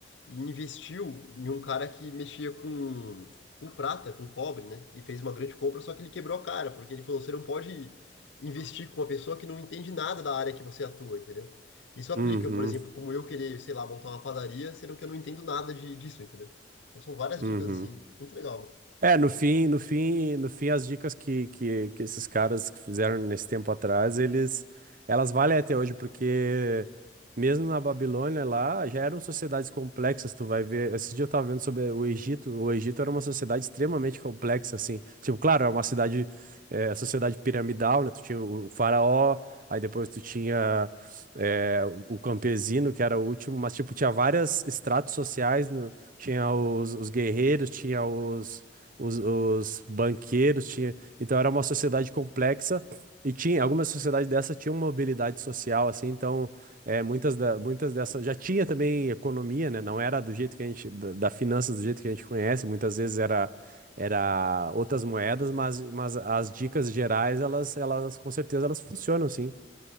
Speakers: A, on the left (about 80°); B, on the right (about 50°).
A: e investiu em um cara que mexia com, com prata, com cobre, né? E fez uma grande compra, só que ele quebrou a cara, porque ele falou, você não pode investir com uma pessoa que não entende nada da área que você atua, entendeu? Isso aplica,
B: Uhum,
A: por exemplo, como eu querer, sei lá, montar uma padaria, sendo que eu não entendo nada de, disso, entendeu? Então são várias
B: uhum.
A: dicas assim, muito legal,
B: É, no fim, no fim, no fim, as dicas que, que, que esses caras que fizeram nesse tempo atrás, eles, elas valem até hoje, porque mesmo na Babilônia lá, já eram sociedades complexas, tu vai ver, esse dia eu tava vendo sobre o Egito, o Egito era uma sociedade extremamente complexa, assim, tipo, claro, é uma cidade, é, sociedade piramidal, né, tu tinha o o faraó, aí depois tu tinha, é, o campesino, que era o último, mas, tipo, tinha várias estratos sociais, no- tinha os, os guerreiros, tinha os os, os banqueiros tinha, então era uma sociedade complexa e tinha algumas sociedades dessa tinham mobilidade social assim, então é, muitas da, muitas dessas já tinha também economia, né? Não era do jeito que a gente da, da finanças do jeito que a gente conhece, muitas vezes era era outras moedas, mas, mas as dicas gerais elas elas com certeza elas funcionam sim.